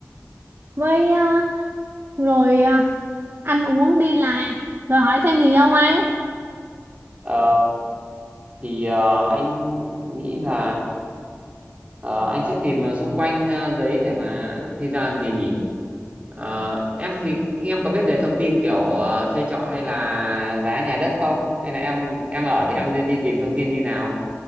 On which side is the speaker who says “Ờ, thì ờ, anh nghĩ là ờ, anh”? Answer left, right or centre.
Right